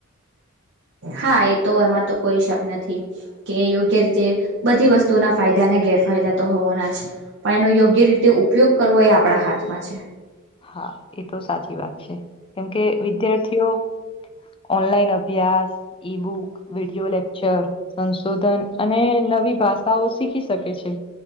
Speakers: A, on the right; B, on the left.
A: હા એ તો એમાં તો કોઈ શક નથી કે યોગ્ય રીતે બધી વસ્તુના ફાયદાને ગેરફાયદા તો હોવાના જ પણ એનો યોગ્ય રીતે ઉપયોગ કરવો એ આપણા હાથમાં છે
B: હા એ તો સાચી વાત છે કેમકે વિદ્યાર્થીઓ ઓનલાઈન અભ્યાસ ઈ બુક વિડીયો લેક્ચર સંશોધન અને નવી ભાષાઓ શીખી શકે છે